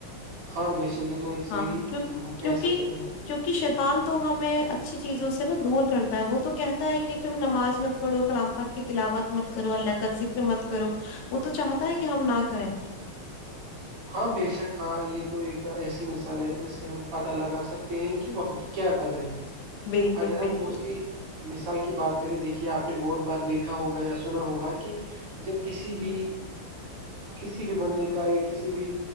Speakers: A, on the right; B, on the left.
A: ہاں بے شک یہ تو ایک صحیح
B: ہاں کیو
A: ہم کہہ
B: کیونکہ
A: سکتے ہیں کہ
B: کیونکہ شیطان تو ہمیں اچھی چیزوں سے نا دور کرتا ہے وہ تو کہتا ہے کہ تم نماز مت پڑھو کلام پاک کی تلاوت مت کرو اللہ کا ذکر مت کرو وہ تو چاہتا ہے کہ ہم نہ کریں
A: ہاں بیشک ہاں یہ تو ایک ایسی مثال ہے جس سے ہم پتا لگا سکتے ہیں کہ وقت کی کیا قدرے ہیں
B: بالکل
A: اگر ہم
B: بالکل
A: دوسری مثال کی بات کرے دیکھیے آپ نے بہت بار دیکھا ہوگا یا سنا ہوگا کہ جب کسی بھی کسی بھی بندے کا ایک کسی بھی